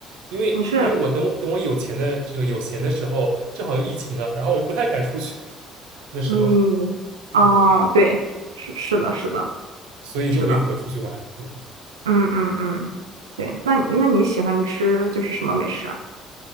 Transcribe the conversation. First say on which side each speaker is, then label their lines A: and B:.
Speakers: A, on the right; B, on the right.
A: 因为因为我等我等我有钱的这个有闲的时候，
B: 你是
A: 正好又疫情了，然后我就不太敢出去，<laughs> 那时候，
B: 嗯，哦，
A: 嗯，
B: 对，是是的，是的，
A: 所以就没怎么出去玩。
B: 是的，
A: 嗯。
B: 嗯嗯嗯，对，那那你喜欢吃就是什么美食啊？